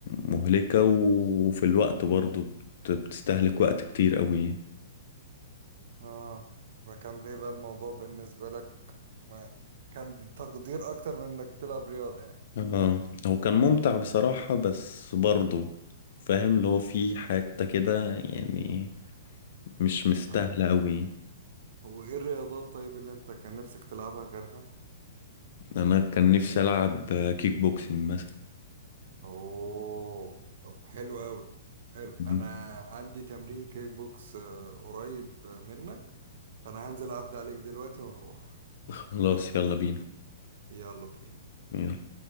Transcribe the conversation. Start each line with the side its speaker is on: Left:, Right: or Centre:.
Left: مهلكة وفي الوقت برضو بت- بتستهلك وقت كتير قوي يعني
Right: اه فكان بيبقى الموضوع بالنسبة لك ما- كان بتقدير أكتر من إنك بتلعب رياضة يعني
Left: اه هو كان ممتع بصراحة بس برضو فاهم اللي هو في حتة كده يعني مش مستاهلة
Right: طب
Left: قوي
Right: وإيه الرياضات طيب اللي أنت كان نفسك تلعبها غيرها؟
Left: انا كان نفسي العب آه، كيك بوكسينج مثلا
Right: اوه طب حلو قوي حلو
Left: مم.
Right: انا عندي تمرين كيك بوكس آه، قريب آه، منك فانا هنزل اعدي عليك دلوقتي ونروح
Left: خلاص يلا بينا
Right: يلا بينا
Left: يلا.